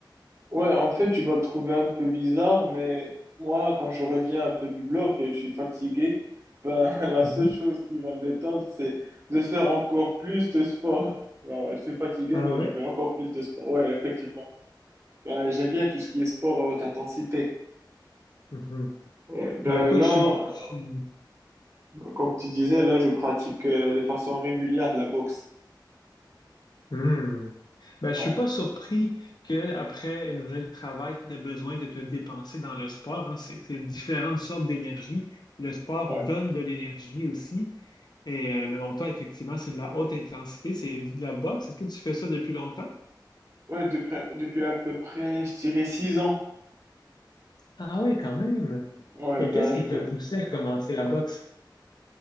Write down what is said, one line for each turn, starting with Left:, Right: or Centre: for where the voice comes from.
Right: Ouais, en fait, tu vas le trouver un peu bizarre, mais moi, quand je reviens un peu du bloc et je suis fatigué, ben, <laughs> la seule
Left: Mhm.
Right: chose qui va me détendre, c'est de faire encore plus de sport. Alors, je suis fatigué,
Left: Ah
Right: mais
Left: ouais?
Right: je fais encore plus de sport. Ouais, effectivement. Ben, j'aime bien tout ce qui est sport à haute intensité.
Left: Mhm.
Right: Ouais, ben
Left: Ben écoute,
Right: là,
Left: je suis, je suis-
Right: euh, comme tu disais, là, je pratique euh, de façon régulière de la boxe.
Left: Hmm. Ben, je
Right: Ouais,
Left: suis pas surpris qu'après une journée de travail, tu aies besoin de te dépenser dans le sport. hein. C'est c'est différentes sortes d'énergie. Le sport
Right: ouais.
Left: donne de l'énergie aussi. Et, euh, mais bon, toi, effectivement, c'est de la haute intensité, c'est de la boxe. Est-ce que tu fais ça depuis longtemps?
Right: Ouais, de près- depuis à peu près, je dirais six ans.
Left: Ah oui, quand même.
Right: Ouais,
Left: Et
Right: ben,
Left: qu'est-ce
Right: je
Left: qui
Right: fais,
Left: t'a poussé à commencer la boxe?